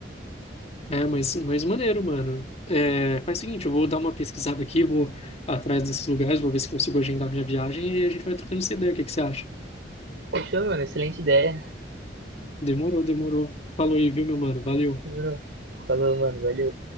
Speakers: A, on the left; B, on the right.
A: É, mas, mas maneiro, mano. É, faz o seguinte, eu vou dar uma pesquisada aqui, vou atrás desses lugares, vou ver se consigo agendar minha viagem e a gente vai trocando essa ideia, o que que você acha?
B: Fechou, mano. Excelente ideia.
A: Demorou, demorou. Falou aí, viu, meu mano? Valeu.
B: Demorou. Falou, mano. Valeu.